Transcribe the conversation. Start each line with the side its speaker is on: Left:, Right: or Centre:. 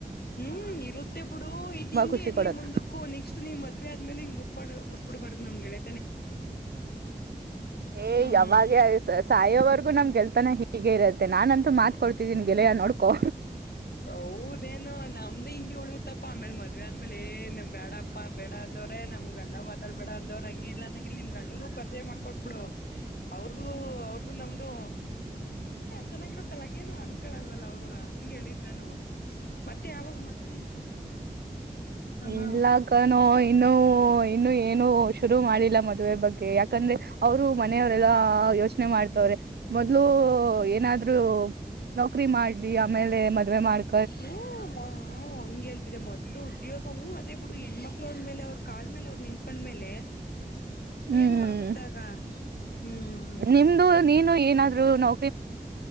Left: ಹ್ಮ್ ಇರುತ್ತೆ ಬಿಡು ಇದ್ ಹಿಂೇ
Right: ಖುಷಿ
Left: ಇರ್ಲಿ
Right: ಕೊಡತ್
Left: ಮುಂದಕ್ಕೂ ನೆಕ್ಸ್ಟ್ ನೀ್ ಮದ್ವೆ ಆದ್ಮೇಲೆ ಹಿಂಗ್ ಬಿಡ್ಬಾ ಬುಡಬಾರ್ದು ನಮ್ ಗೆಳೆ
Right: ಏ
Left: ಹ್ಮ್
Right: ಯಾವಾಗ ಸಾಯೋವರ್ಗು ನಮ್ಗೆಲ್ತಾನ ಹೀಗೆ ಇರತ್ತೆ ನಾನಂತೂ ಮಾತ್ಕೊಡ್ತಿದ್ದೀನಿ ಗೆಳೆಯ ನೋಡ್ಕೊ
Left: ಹೌದೇನು ನಮ್ದ ಹಿಂಗಗೆ ಉಳಿಯುತ್ತಪ್ಪ ಆಮೇಲ್ ಮದ್ವೆ ಆದ್ಮೇಲೆ ಏನ್ ಬೇಡಪ್ಪಾ ಬೇಡ ವ್ರೇ ನಮ್ ಗಂಡ ಮಾತಾಡ್ಬಡ ಅಂದವ್ ಹಂಗ ಇಲ್ಲ ಅಂದಂಗ ನಿಮ ಗುನೂ ಪರಿಚಯ ಮಾಡ್ಕಟ್ಟ ಇ ಅವ್ರ್ದು ಅವ್ರ್ದು ನಮ್ದು ಚೆನ್ನಾಗಿರುತ್ತಲ್ಲ ಅನ್ಕಳಲ್ವಲ್ಲ ಅವರು ಹಂಗಗೆ ಹೇಳಿದ್ ನವು ಮತ್ತೆ ಯಾವಾಗ ಮದ್ವೆ ನಿಂದು ಹ ಹಾ
Right: ಇಲ್ಲಾ ಕಣೋ ಇನ್ನುೂ ಇನ್ನು ಏನು ಶುರು ಮಾಡಿಲ್ಲ ಮದುವೆ ಬಗ್ಗೆ ಯಾಕಂದ್ರೆ ಅವರು ಮನೆಯವರೆಲ್ಲ ಯೋಚನೆ ಮಾಡ್ ಮೊದ್ಲು ಏನಾದ್ರು ನೌಕ್ರರಿ ಮಾಡ್ಲಿ ಆಮೇಲೆ ಮದ್ವೆ ಮಾಡ್
Left: ಹ ಹಂಗಗೆ ಹೇಳ್ತಿದೆ ಮೊದಲು ಉದ್ಯೋಗವ ಅದೇ ಬಿಡು ಹೆಣ್ಮಕ್ಳು ಅವ್ರ ಮೇಲೆ ಅವ್ರ ಕಾಲ್ಮ ಮೇಲೆ ಅವ್ರು ನಿಂತ್ಕೊಂಡ್ಮೇಲೆ
Right: ಹ್ಮ್
Left: ಏನು ಆಗುತ್ತಾಗ ಹ್ಮ್
Right: ನಿಮ್ದು ನೀನು ಏನಾದ್ರು ನೋ